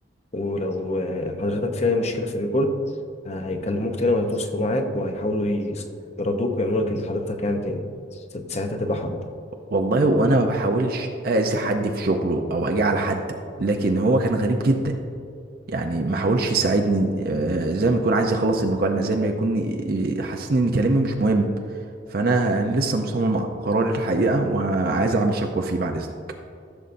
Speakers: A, on the left (about 35°); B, on the right (about 50°).
A: ولو آه، حضرتك في أي مشكلة في الريكورد آه، هيكلموك تاني وهيتواصلوا معاك وهيحاولوا يص- يردوك ويعملوا لك اللي حضرتك يعني تاني ساعتها تبقى حد
B: والله وانا ما بحاولش اذي حد في شغله او اجي على حد لكن هو كان غريب جدا يعني ما حاولش يساعدني آه، زي ما يكون عايز يخلص المكالمه زي ما يكون ي- حاسسني ان كلامي مش مهم فانا لسه مصمم على قراري الحقيقه وعايز اعمل شكوى فيه بعد اذنك